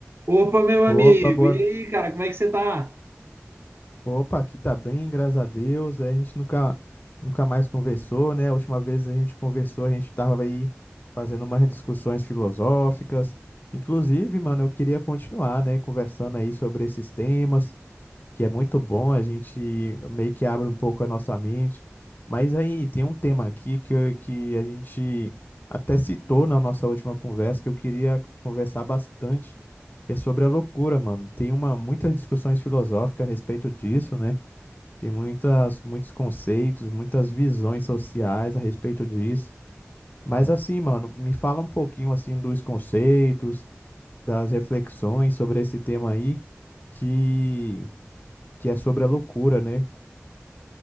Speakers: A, on the right (about 55°); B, on the left (about 40°).
A: Opa, meu
B: Opa,
A: amigo!
B: boa...
A: E aí, cara, como é que você tá?
B: Opa, aqui tá bem, graças a Deus. É, A gente nunca, nunca mais conversou, né? A última vez a gente conversou, a gente tava aí fazendo umas discussões filosóficas. Inclusive, mano, eu queria continuar, né, conversando aí sobre esses temas que é muito bom, a gente meio que abre um pouco a nossa mente. Mas aí tem um tema aqui que, eu- que a gente até citou na nossa última conversa, que eu queria conversar bastante, que é sobre a loucura, mano. Tem uma, muitas discussões filosóficas a respeito disso, né? Tem muitas, muitos conceitos, muitas visões sociais a respeito disso. Mas assim, mano, me fala um pouquinho assim dos conceitos, das reflexões sobre esse tema aí, que, que é sobre a loucura, né?